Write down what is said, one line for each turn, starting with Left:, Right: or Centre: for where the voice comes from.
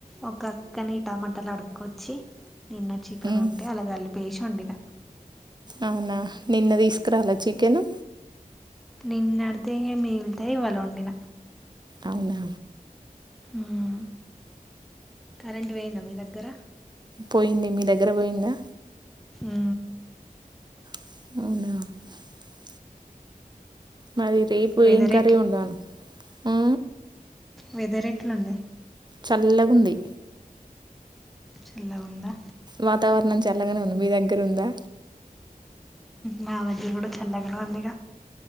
Centre: ఒక అక్కని టమాటాలు అడుక్కొచ్చి నిన్న చికెన్
Right: ఉమ్,
Centre: ఉంటే అలా కలిపి చేసినాడు నిన్న
Right: అవునా నిన్న తీసుకురాలా చికెను
Centre: నిన్నడితే మిగిలితే ఇవాళ వండిన
Right: అవునా
Centre: మ్మ్. కరెంట్ వేయిందా మీ దగ్గర
Right: పోయింది మీ దగ్గర పోయిందా
Centre: ఆ
Right: <inaudible> మరి రేపు
Centre: వెదర్
Right: ఏం కర్రీ ఉండను ఆ
Centre: వెదరెట్లుంది
Right: చల్లగుంది
Centre: చల్ల ఉందా
Right: వాతావరణం చల్లగానే ఉంది మీ దగ్గర ఉందా
Centre: మా వద్ద కూడా చల్లగానే అందిగా